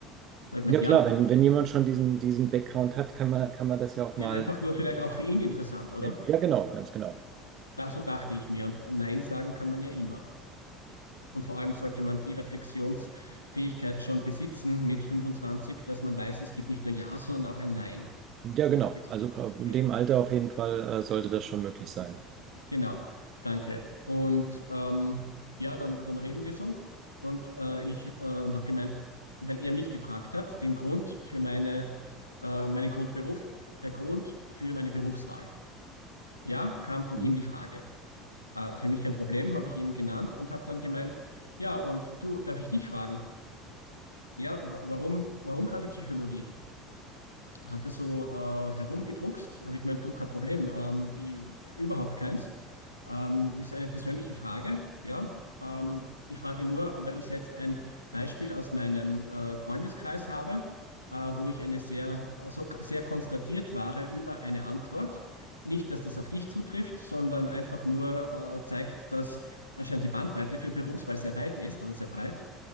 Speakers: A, on the left (about 80°); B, on the right (about 40°).
A: Hat er gemeint,
B: Ja klar,
A: ja,
B: wenn, wenn jemand schon diesen, diesen Background hat, kann man, kann man das ja auch mal.
A: ja, einfach nur vielleicht auch für ihn interessant, oder?
B: Ja, ja, genau, ganz genau.
A: Da, so dachte ich mir. Und Nein sagen kann man ja immer. Und vor allem sollte man die Reflexionsfähigkeit schon besitzen mit 25, dass man weiß, es gibt nicht nur Ja, sondern auch ein Nein.
B: Ja, genau.
A: Gezielt
B: Also in
A: wird.
B: dem Alter auf jeden Fall äh, sollte das schon möglich sein.
A: Genau, danke. Und ähm, ja, dann, dann reden wir so. Und äh, ich ähm, habe gemeint, weil er mich gefragt hat, den Grund für meine, äh, meinen Grundberuf, der Grund für meine Berufswahl. Ja, kam von
B: Mhm.
A: ihm die Frage. Äh, für mich kein Problem, habe ich ihm genannt und habe dann gemeint, ja, und du, darf ich dich fragen? Ja, wa- warum, warum gerade Psychologie? Hat er so äh, herumgedruckst, habe ich gemeint, du, kein Problem, ähm, ich, überhaupt keins. Ähm, ist eine persönliche Frage, ja. Ähm, ich frage nur, weil ich selbst ein Beispiel aus meinem äh, Freundeskreis habe, äh, wo ich eine sehr, so sehr konstatiert war über eine Antwort. Nicht, dass das auf dich zutrifft, sondern einfach nur äh, zeigt, dass anscheinend die Bandbreite für Berufswahl sehr weit ist oder sehr breit.